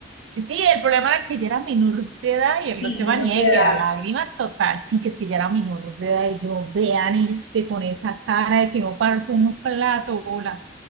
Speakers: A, on the right (about 85°); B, on the left (about 80°).
A: Sí, el problema era que ella era menor de edad y él
B: sí
A: no se
B: menor
A: va niegue
B: de edad.
A: a la lágrima total. Sí, que es que ella era menor de edad y yo, vean este, con esa cara de que no parto un plato, hola.